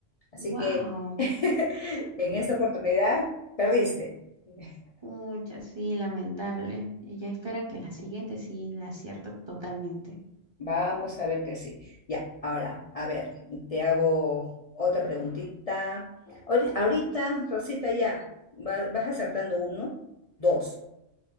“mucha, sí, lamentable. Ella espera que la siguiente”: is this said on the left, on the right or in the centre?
Right